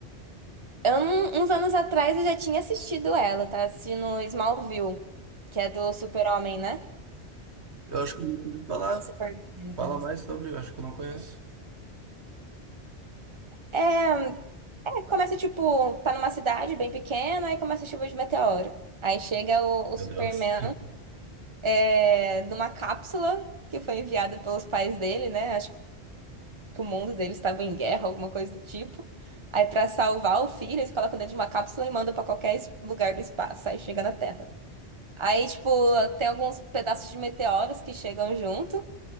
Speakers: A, on the right (about 25°); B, on the right (about 75°).
A: Eu, não- uns anos atrás eu já tinha assistido ela, tá? Assistindo Smallville, que é do Super-Homem, né?
B: Eu acho que eu nunca ouvi falar.
A: Superman, no
B: Fala
A: caso.
B: mais sobre, eu acho que eu não conheço.
A: É, É, começa, tipo, tá numa cidade bem pequena, aí começa a chuva de meteoro. Aí chega o, o
B: Meu
A: Superman
B: Deus. <laughs>
A: é, numa cápsula que foi enviada pelos pais dele, né? Acho que o mundo dele estava em guerra, alguma coisa do tipo. Aí, pra salvar o filho, eles colocam dentro de uma cápsula e mandam pra qualquer es- lugar do espaço. Aí chega na Terra. Aí, tipo, tem alguns pedaços de meteoros que chegam junto.